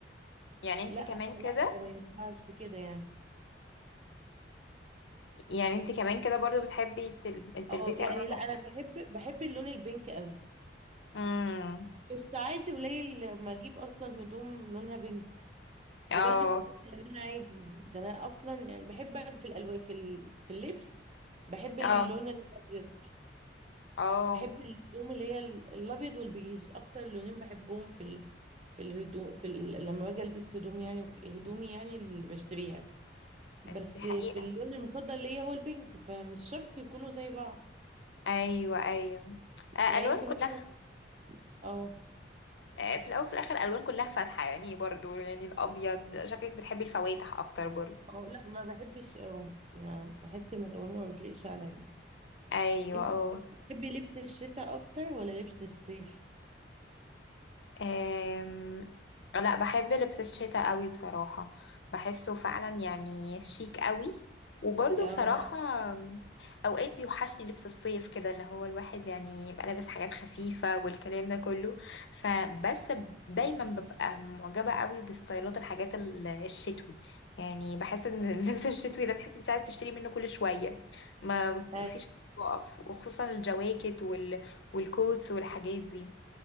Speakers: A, on the left; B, on the right.
A: يعني انت
B: لا
A: كمان كده
B: لا ده ما ينفعش كده يعني
A: يعني انت كمان كده برضو بتحبي تل... تلبسي
B: اه يعني
A: الوان
B: لا
A: مختلفه
B: انا بحب بحب اللون البينك قوي
A: امم
B: بس عادي قليل لما اجيب اصلا هدوم لونها بينك
A: اه
B: وبلبس كل الالوان عادي ده انا اصلا يعني بحب في الالوان في ال- في اللبس بحب
A: اه
B: اللون الابيض
A: اه
B: بحب الهدوم اللي هي ال- الابيض والبيج اكتر لونين بحبهم في ال... في الهدوء في ال... لما باجي البس هدوم يعني وك- هدومي يعني اللي بشتريها بس
A: دي حقيقه
B: في اللون المفضل ليا هو البينك فمش شرط يكونوا زي بعض
A: ايوه ايوه آه،
B: يعني
A: الوان
B: انت مثلا
A: كلها
B: اه
A: آه، في الاول وفي الاخر الالوان كلها فاتحه يعني برضو يعني الابيض شكلك بتحبي الفواتح اكتر برضو
B: اه لا ما بحبش اه ما- بحس ان الالوان ما بتليقش عليا
A: ايوه
B: انت
A: اه
B: بتحبي لبس الشتاء اكتر ولا لبس الصيف
A: أم... لا بحب لبس الشتاء قوي بصراحة بحسه فعلا يعني شيك قوي وبرضه
B: اه
A: بصراحة أم، أوقات بيوحشني لبس الصيف كده اللي هو الواحد يعني يبقى لابس حاجات خفيفة والكلام ده كله فبس دايما ببقى معجبة قوي بستايلات الحاجات ال- الشتوي يعني بحس ان <laughs> اللبس الشتوي ده تحس انت عايز تشتري منه كل شوية ما مفيش
B: أي.
A: وقف وخصوصا الجواكت وال... والكوتس والحاجات دي